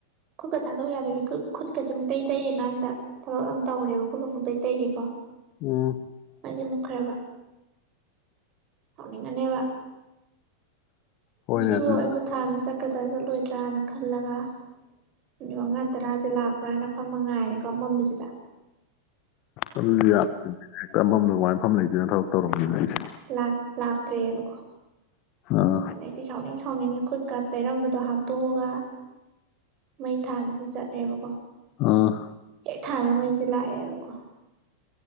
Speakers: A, on the right; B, on the left.
A: ꯈꯨꯠꯀ ꯊꯥꯗꯣꯛ ꯌꯥꯗꯕꯤ ꯈꯨꯠ ꯈꯨꯠꯀꯁꯦ ꯄꯨꯡꯇꯩ ꯇꯩꯌꯦꯀꯥꯟꯗ ꯊꯕꯛ ꯑꯃ ꯇꯧꯔꯦꯕ ꯈꯨꯠꯀ ꯄꯨꯡꯇꯩ ꯇꯩꯒꯩꯀꯣ
B: ꯎꯝ
A: ꯃꯩꯖꯦ ꯃꯨꯠꯈ꯭ꯔꯦꯕ ꯁꯥꯎꯅꯤꯡꯉꯅꯦꯕ
B: ꯍꯣꯏꯅꯦ
A: ꯉꯁꯤꯕꯨ
B: ꯑꯗꯨ
A: ꯑꯩꯕꯨ ꯊꯥꯟꯕ ꯆꯠꯀꯗ꯭ꯔꯥ ꯆꯠꯂ ꯂꯣꯏꯗ꯭ꯔꯥꯅ ꯈꯜꯂꯒ ꯃꯤꯅꯤꯠ ꯃꯉꯥ ꯇꯔꯥꯁꯦ ꯂꯥꯛꯄ꯭ꯔꯥꯅ ꯐꯝ ꯉꯥꯏꯔꯦ ꯀꯝ ꯃꯝꯕꯁꯤꯗ
B: ꯑꯗꯨꯗꯤ ꯌꯥꯗꯦꯅꯦ ꯍꯦꯛꯇ ꯑꯃꯝꯕꯗꯨꯗ ꯀꯃꯥꯏ ꯐꯝꯃ ꯂꯩꯗꯣꯏꯅꯣ ꯊꯕꯛ ꯇꯧꯔꯝꯃꯤꯕ ꯑꯩꯁꯦ
A: ꯂꯥꯛ ꯂꯥꯛꯇ꯭ꯔꯦꯕꯀꯣ
B: ꯑꯥ
A: ꯑꯗꯩꯗꯤ ꯁꯥꯎꯅꯤꯡ ꯁꯥꯎꯅꯤꯡꯅ ꯈꯨꯠ ꯀ ꯇꯩꯔꯝꯕꯗꯣ ꯍꯥꯞꯇꯣꯛꯑꯒ ꯃꯩ ꯊꯥꯟꯕꯁꯦ ꯆꯠꯂꯦꯕꯀꯣ
B: ꯑ
A: ꯍꯦꯛꯊꯥꯟꯕ ꯃꯩꯁꯦ ꯂꯥꯛꯑꯦꯕꯀꯣ